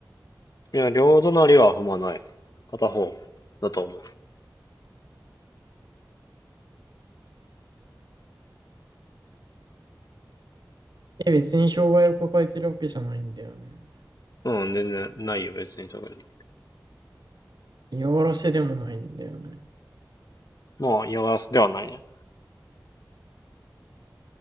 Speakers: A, on the left (about 60°); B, on the right (about 75°).
A: いや、両隣は踏まない。片方だと思
B: え、別に障害を抱えてるわけじゃないんだよね。
A: う。うん、全然ないよ、別に特に。
B: 嫌がらせでもないんだよね。
A: まあ、嫌がらせではないね。